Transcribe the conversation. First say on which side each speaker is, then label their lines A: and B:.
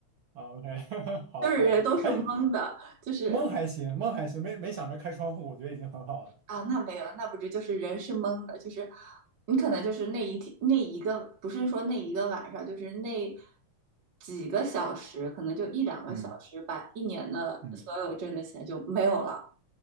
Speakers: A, on the right; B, on the right.
A: 啊，OK，<laughs> 好好，
B: 就是人都是懵的，
A: 好还
B: 就是
A: 蒙还行，蒙还行，没没想着开窗户，我觉得已经很好了
B: 啊，那没有，那不是就是人是懵的，就是你可能就是那一天那一个，不是说那一个晚上，就是那几个小时，可能就一两个小时，
A: 嗯
B: 把一年的所有挣的钱就没有了。
A: 嗯，